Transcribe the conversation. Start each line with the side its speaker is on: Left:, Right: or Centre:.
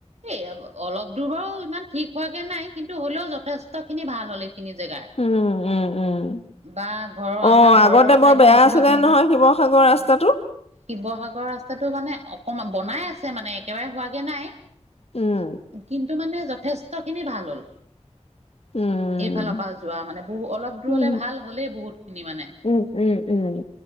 Right: এই অলপ দূৰ বাৰো ইমান ঠিক হোৱাগে নাই কিন্তু হ'লেও যথেষ্ট খিনি ভাল হলে খিনি জেগাৰ।
Left: উম উম উম
Right: বা ঘৰৰ,
Left: অ
Right: আমাৰ ঘৰৰ
Left: আগতে
Right: চাইডেও
Left: বৰ বেয়া
Right: সেইফালেও
Left: আছিলে
Right: ভাল
Left: নহয়
Right: হ'ল
Left: শিৱসাগৰ ৰাস্তাটো।
Right: শিৱসাগৰ ৰাস্তাটো মানে অকমান বনাই আছে মানে একেবাৰে হোৱাগে নাই।
Left: উম
Right: কিন্তু মানে যথেষ্ট খিনি ভাল হ'ল।
Left: উম
Right: এইফালৰ পৰা যোৱা মানে বহু, অলপ দূৰলে
Left: উম,
Right: ভাল হ'লেই বহুত খিনি মানে।
Left: উম, উম, উম,